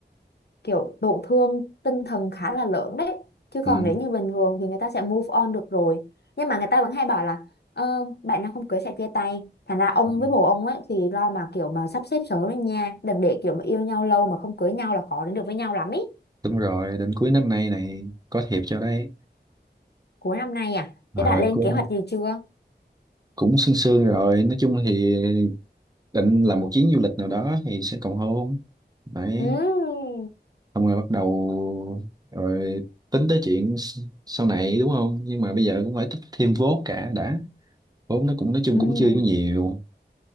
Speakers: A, on the left; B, on the right.
A: kiểu tổn thương tinh thần khá là lớn đấy chứ còn
B: ừ.
A: nếu như bình thường thì người ta sẽ move on được rồi nhưng mà người ta vẫn hay bảo là ờ, bạn nào không cưới sẽ chia tay thành ra ông
B: ừ,
A: với bồ ông ấy thì lo mà kiểu mà sắp xếp sớm lên nha đừng để kiểu mà yêu nhau lâu mà không cưới nhau là khó đến được với nhau lắm ý
B: đúng rồi đến cuối năm nay này có thiệp cho đấy
A: cuối năm nay à thế
B: à,
A: đã lên
B: cũng
A: kế hoạch gì chưa
B: cũng sương sương rồi nói chung thì định làm một chuyến du lịch nào đó thì sẽ cầu hôn đấy
A: ừ
B: xong rồi bắt đầu rồi tính tới chuyện s- sau này đúng không nhưng mà bây giờ cũng phải tích thêm vốn cả đã vốn nó cũng nói chung
A: ừ
B: cũng chưa có nhiều